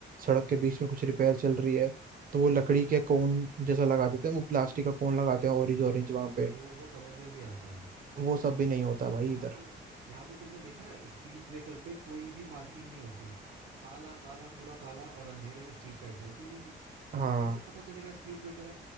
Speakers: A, on the right; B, on the right.
A: सड़क के बीच में कुछ रिपेयर चल रही है तो वो लकड़ी के कोन जैसा लगा देते हैं वो प्लास्टिक का कोन लगाते हैं ऑरेंज ऑरेंज
B: हाँ
A: वहां पे
B: वो वो समझ में भी आता है
A: वो सब भी नहीं होता भाई
B: यहाँ
A: इधर
B: पे यहाँ पे तुमने देखा है स्पीड ब्रेकर पे कोई भी मार्किंग नहीं होती काला काला पूरा काला और अंधेरे में स्ट्रीट लाइट जलती नहीं है
A: हाँ
B: भाई कैसे पता चलेगा स्पीड ब्रेकर है